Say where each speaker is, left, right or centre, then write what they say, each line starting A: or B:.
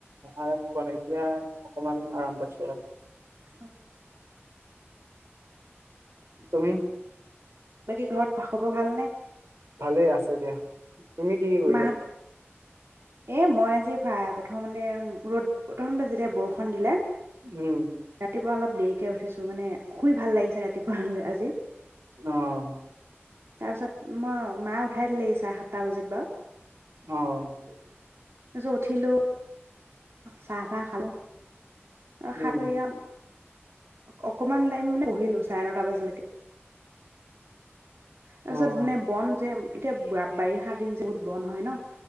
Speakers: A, on the right; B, on the right.
A: আৰাম পোৱা নাই, এতিয়া অকমান আৰাম পাইছো আৰু।
B: অ'।
A: তুমি
B: বাকী ঘৰত খবৰ ভালনেে?
A: ভালে আছে দিয়া। তুমি কি কি কৰিলা
B: মাহত এ মই আজি ভাই প্ৰথমতে ৰদ প্ৰথমতে যেতিয়া বৰষুণ দিলে
A: উম
B: ৰাতিপুৱা অলপ দেৰিকে উঠিছো মানে শুই ভাল লাগিছে ৰাতিপুৱা আনে আজি
A: অহ।
B: তাৰপিছত মই মা উঠাই দিলে চাৰে সাতটা বজাত বাৰু
A: অ'।
B: উঠিলো চাহ-তাহ খালো। সাতৰীয়া
A: উম,
B: অকমান টাইম মানে পঢ়িলো, চাৰে নটা বজালৈকে। তাৰপিছত
A: অ',
B: মানে বন যে এতিয়া বাৰিষা দিন যে বহুত বন হয় ন?